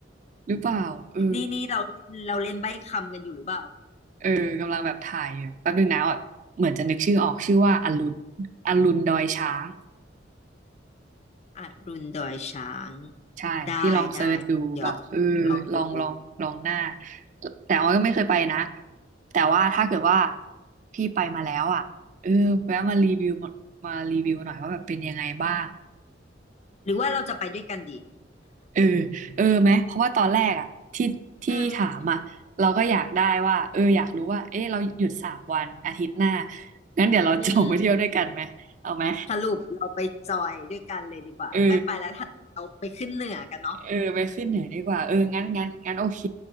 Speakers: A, on the right; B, on the left.
A: หรือเปล่าเออ
B: นี่นี่เราเราเล่นใบ้คำกันอยู่หรือเปล่า
A: เออกำลังแบบถ่ายอยู่แป๊บนึงนะอ่ะเหมือนจะนึกชื่อออกชื่อว่าอรุณอรุณดอยช้าง
B: อรุณดอยช้าง
A: ใช่พี่ลองเซิร์ชดูแบบเออ
B: ได้ได้เดี๋ยวลองดู
A: ลองลองลองหน้าแต่ว่าก็ไม่เคยไปนะแต่ว่าถ้าเกิดว่าพี่ไปมาแล้วอ่ะเออแวะมารีวิวมามารีวิวหน่อยว่าแบบเป็นยังไงบ้าง
B: หรือว่าเราจะไปด้วยกันดี
A: เออเออไหมเพราะว่าตอนแรกอ่ะที่ที่ถามอ่ะเราก็อยากได้ว่าเอออยากรู้ว่าเออเราหยุดสามวันอาทิตย์หน้า
B: <laughs> เออ
A: งั้นเดี๋ยวเรา
B: อืม
A: <laughs> จองไปเที่ยวด้วยกันไหมเอาไหม
B: สรุปเราไปจอยด้วยกันเลยดีกว่าไม่ไปแล้วถ้าเราไปขึ้นเหนือกันเนาะ
A: เออ เออไปขึ้นเหนือดีกว่าเอองั้นงั้นงั้นโอเค